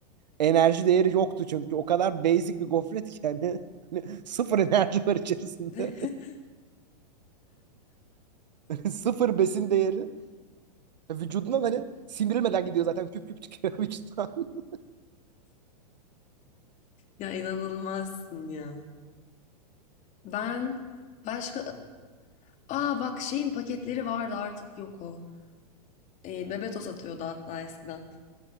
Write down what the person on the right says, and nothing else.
Enerji değeri yoktu çünkü. O kadar basic bir gofret ki yani. <laughs> Hani sıfır enerji var içerisinde.
<laughs> Sıfır besin değeri. E, Vücudundan hani sindirilmeden gidiyor zaten. Küp küp çıkıyor vücuttan. <laughs>